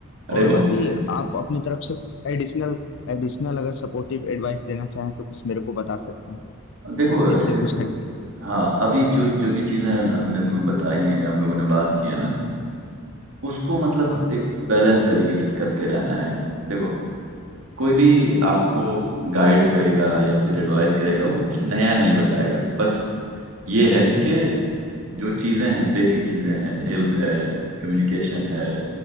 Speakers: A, on the right (about 70°); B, on the left (about 60°).
A: अरे
B: और
A: बहुत
B: बाकी
A: सही
B: आप अपनी तरफ से कुछ एडिशनल एडिशनल अगर सपोर्टिव एडवाइस देना चाहें तो कुछ मेरे को बता सकते हैं
A: देखो
B: इससे
A: देख,
B: कुछ हटके
A: हाँ अभी जो जो भी चीजें हमने तुम्हें बताई हैं हम लोगों ने बात की है ना उसको मतलब
B: हाँ हाँ
A: एक बैलेंस तरीके से करते रहना है देखो कोई भी आपको
B: हाँ
A: गाइड करेगा या फिर एडवाइस करेगा वो कुछ नया नहीं बताएगा बस ये है कि
B: ठीक ठीक
A: जो चीजें हैं बेसिक चीजें हैं हेल्थ है कम्युनिकेशन है